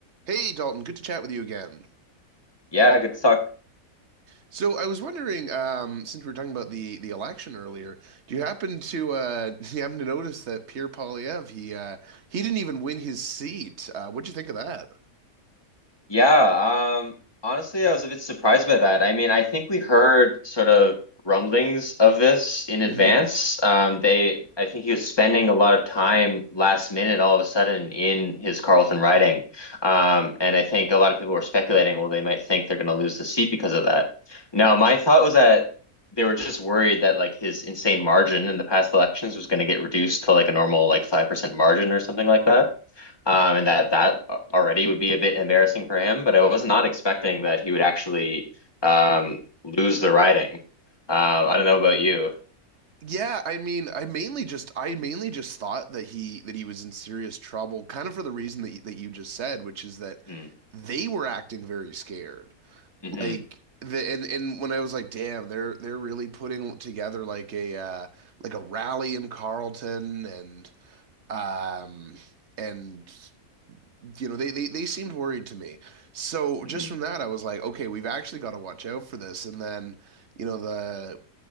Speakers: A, on the right (about 55°); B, on the left (about 15°).
A: Hey Dalton, good to chat with you again.
B: Yeah, good to talk.
A: So I was wondering, um, since we were talking about the the election earlier, do you happen to uh, <laughs> do you happen to notice that Pierre Poilievre he uh, he didn't even win his seat? Uh, what'd you think of that?
B: Yeah, um, honestly, I was a bit surprised by that. I mean, I think we heard sort of rumblings of this in advance.
A: hmm
B: Um, they, I think he was spending a lot of time last minute, all of a sudden, in his Carlton riding. Um, and I think a lot of people were speculating, well, they might think they're going to lose the seat because of that. Now, my thought was that they were just worried that like his insane margin in the past elections was going to get reduced to like a normal like 5% margin or something like that. Um, and that that already would be a bit embarrassing for him, but I was not expecting that he would actually um, lose the riding. Uh, I don't know about you.
A: Yeah, I mean, I mainly just I mainly just thought that he that he was in serious trouble, kind of for the reason that y- that you just said, which is that
B: Mm,
A: they were acting very scared.
B: hmm
A: like the and and when I was like, damn, they're they're really putting together like a uh like a rally in Carlton and um and you know they they they seemed worried to me. So
B: hmm
A: just from that I was like, okay, we've actually got to watch out for this. And then, you know, the